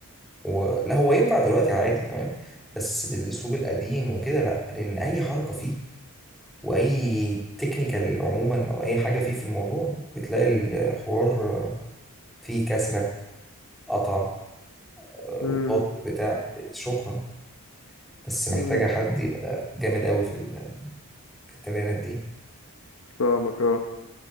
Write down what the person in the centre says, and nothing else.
و... لا هو ينفع دلوقتي عادي تمام بس بالاسلوب القديم وكده لا لان اي حركه فيه واي تكنيكال عموما او اي حاجه فيه في الموضوع بتلاقي الحوار فيه كسره قطع رباط
بتاع شكرا بس محتاجه
حد يبقى جامد قوي في ال- في التمرينات دي